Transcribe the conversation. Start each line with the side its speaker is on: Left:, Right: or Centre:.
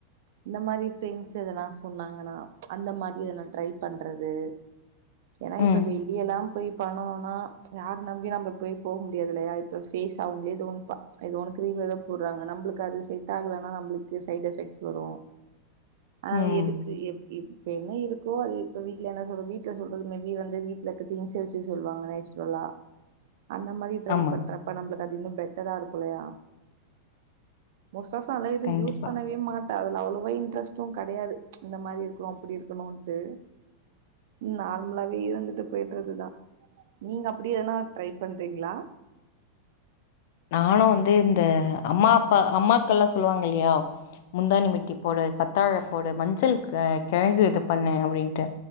Right: இந்த மாதிரி <unintelligible> எதனா சொன்னாங்கன்னா அந்த மாரி எல்லா ட்ரை பண்றது ஏன்னா இப்ப
Left: ம்.
Right: வெளிய எல்லாம் போய் பண்ணோனா யாரரு நம்பி நம்ம போய் போக முடியாதுலல்லையா இப்ப ஃபேஸ் அவங்களே ஏதோணு ப ஏதோ ஒண்ணு கிரீம் எதோ போடுறாங்க நம்மளுக்கு அது செட் ஆகலனா நம்மளுக்கு சைட் எஃபெக்ட்ஸ் வரூ ஆஹ்
Left: ம்.
Right: எதுக்கு எ இப்ப என்ன இருக்கோ அது இப்ப வீட்ல என்ன சொல்ற வீட்ல சொல்றது மேபி வந்து வீட்டுல இருக்க திங்ஸ வச்சு சொல்வாங்க நேச்சுரலா அந்த மாரி ட்ரை
Left: ஆமா.
Right: பண்ற நம்ளுக்கு அது இன்னும் பெட்டரா இருக்கும் இல்லையா மோஸ்ட் ஆப் நா லா எதூ
Left: கண்டிப்பா.
Right: யூஸ் பண்ணவே மாட் அதுல அவ்வளவா இன்ட்ரெஸ்ட்டும் கிடையாது இந்த மாதிரி இருக்கணும் அப்படி இருக்கணும்ன்ட்டு நார்மலாவே இருந்துட்டு போயிட்டுறதுதான் நீங்க அப்டி எதனா ட்ரை பண்றீங்ளா
Left: நானும் வந்து இந்த அம்மா அப்பா அம்மாக்கள்ல்லாம் சொல்லுவாங்க இல்லையா முந்தாணி வெட்டி போடு கத்தாழ போடு மஞ்சள் <unintelligible> பண்ணேன் அப்டின்ட்டு